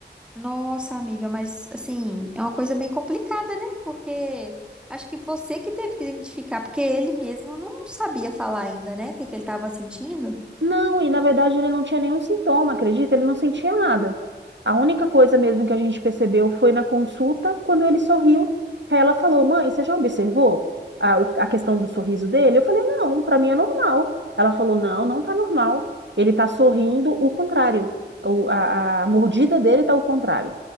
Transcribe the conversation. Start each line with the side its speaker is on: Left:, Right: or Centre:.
Centre: Nossa, amiga, mas assim, é uma coisa bem complicada, né? Porque acho que você que teve que identificar, porque ele mesmo não sabia falar ainda, né? O que que ele estava sentindo?
Right: Não, e na verdade ele não tinha nenhum sintoma, acredita? Ele não sentia nada. A única coisa mesmo que a gente percebeu foi na consulta, quando ele sorriu, que aí ela falou: Mãe, você já observou a, o- a questão do sorriso dele? Eu falei: Não, para mim é normal. Ela falou: Não, não tá normal. Ele tá sorrindo o contrário. O- a, a mordida dele tá o contrário.